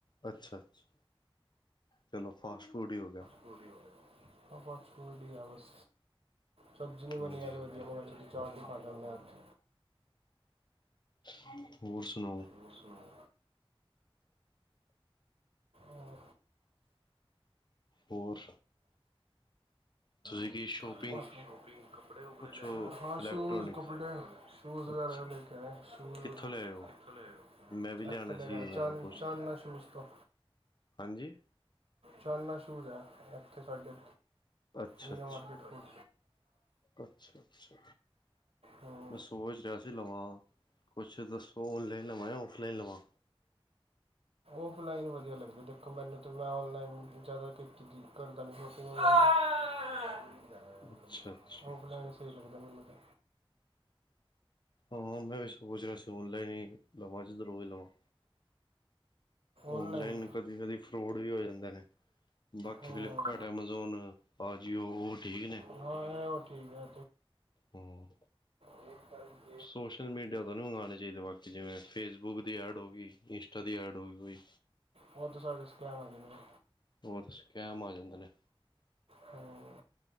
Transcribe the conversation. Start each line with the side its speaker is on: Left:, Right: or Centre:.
Left: ਅੱਛ-ਅੱਛ ਚਲੋ ਫਾਸਟ ਫੂਡ ਈ ਹੋਗਿਆ।
Right: ਰੋਟੀ ਖਾਲੋ। ਫਾਸਟ ਫੂਡ ਈ ਆ ਬਸ ਸਬਜ਼ੀ ਨੀ ਬਣੀ
Left: ਹਾਂਜੀ
Right: ਅੱਜ ਵਧੀਆ
Left: ਹਾਂਜੀ
Right: ਮੈਂ ਕਿਆ ਚਲੋ ਚਾਟ ਈ ਖਾਂ ਜਾਣੇ ਆ ਅੱਜ।
Left: ਹਮ ਹੋਰ ਸੁਣਾਓ?
Right: ਹੋਰ ਸੁਣਾਓ? ਹਾਂ।
Left: ਹੋਰ ਤੁਈ ਕੀ ਸ਼ੋਪ
Right: ਕੀ-ਕੀ ਸ਼ੋਪੰਪਿੰਗ ਕਪਡ਼ੇ ਵੁਪੜ੍ਹੇ ਲਿਆਏ
Left: ਇਲੈਕਟ੍ਰੋਨਿਕਸ
Right: ਓ ਹਾਂ ਸ਼ੂਜ ਕੱਪੜੇ ਸ਼ੂਜ ਵਗੈਰਾ
Left: ਅੱਛਾ
Right: ਲੈ ਕੇ ਆਏ ਆ। ਸ਼ੂਜ਼
Left: ਕਿੱਥੋਂ ਲਿਆਏ ਹੋ
Right: ਕਿਥੋਂ ਲਿਆਏ ਓ?
Left: ਮੈਂ ਵੀ ਲਿਆਣੇ
Right: ਐਥੋਂ ਲੈ
Left: ਸੀ
Right: ਕੇ ਆਯਾ
Left: ਮੈਂ
Right: ਚਨ-ਚਾਨਨਾ
Left: ਕਿਹਾ ਪੁੱਛ
Right: ਸ਼ੂਜ਼ ਤੋਂ।
Left: ਹਾਂਜੀ
Right: ਚਨਨਾ ਸ਼ੂਜ਼ ਐ ਏਥੇ ਸਾਡੇ।
Left: ਅੱਛ-ਅੱਛ,
Right: ਮੀਨਾ ਮਾਰਕੀਟ ਕੋਲ
Left: ਅੱਛ -ਅੱਛ।
Right: ਹਮ।
Left: ਮੈਂ ਸੋਚ ਰਿਆ ਸੀ ਲਵਾਂ। ਕੁੱਛ ਦੱਸੋ ਔਨਲਾਈਨ ਲਵਾਂ ਜਾਂ ਔਫਲਾਈਨ ਲਵਾਂ?
Right: ਔਫਲਾਈਨ ਵਧੀਆ ਲਗਦੇ ਦੇਖੋ ਮੈਨੂੰ ਤੇ ਮੈਂ ਔਨਲਾਈਨ ਜਾਦਾ ਕਿਤ ਕਰਦਾ ਨੀ ਸ਼ਕ <unintelligible>
Left: ਅੱਛਾ ਅੱਛਾ
Right: ਔਫਲਾਈਨ ਸਈ ਲਗਦਾ ਮੈਨੂੰ ਤੇ।
Left: ਹਾਂ ਮੈਂ ਵੀ ਸੋਚ ਰਿਆ ਸੀ ਔਨਲਾਈਨ ਈ ਲਵਾਂ ਜਿੱਧਰੋਂ ਵੀ ਲਵਾਂ। ਔਨਲਾਈਨ
Right: ਆਨਲਾਈਨ
Left: ਕਦੀ-ਕਦੀ ਫਰੋਡ ਵੀ ਹੋ ਜਾਂਦੇ ਨੇ। ਬਾਕੀ
Right: ਹਾਂ
Left: ਫਿਲਿਪ ਕਾਟ ਐਮਾਜ਼ੋਨ, ਆਜੀਓ ਓ ਠੀਕ ਨੇ।
Right: ਹਾਂ ਇਹ ਉਹ ਠੀਕ ਹੈ
Left: ਹਮ।
Right: ਠੀਕ ਜੀ।
Left: ਸੋਸ਼ਲ ਮੀਡੀਆ ਤਾ ਨੀ ਮੰਗਵਾਣੇ ਚਾਈਦੇ ਬਾਕੀ ਜਿਵੇਂ ਫੇਸਬੁੱਕ ਦੀ ਐਡ ਹੋਗੀ, ਇੰਸਟਾ ਦੀ ਐਡ ਹੋਗੀ ਕੋਈ
Right: ਓ ਤਾ ਸਾਰੇ ਸਕੈਮ ਆ ਜੰਦੇ ਨੇ।
Left: ਓ ਤੇ ਸਕੈਮ ਆ ਜਾਦੇ ਨੇ।
Right: ਹਮ!